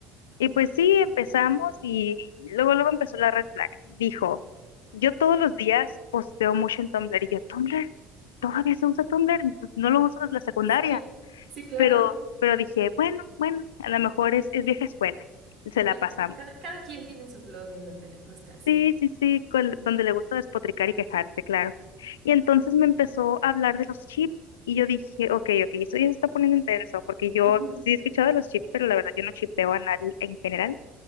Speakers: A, on the left; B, on the right.
A: Y pues sí, empezamos y luego, luego empezó la red flag. Dijo, yo todos los días posteo mucho en Tumblr y yo, Tumblr, todavía se usa Tumblr, no lo uso desde la secundaria
B: Sí, sí, claro.
A: pero, pero dije, bueno, bueno, a lo mejor es, es vieja escuela, se la
B: Sí,
A: pasamos.
B: claro. Cada, cada quien tiene su blog en donde le gusta, sí.
A: Sí, sí, sí, col- donde le gusta despotricar y quejarse, claro. Y entonces me empezó a hablar de los chips y yo dije, ok, ok, esto ya se está poniendo intenso, porque yo
B: Ujú,
A: sí he escuchado de los chips, pero la verdad yo no chipeo a nadie en general.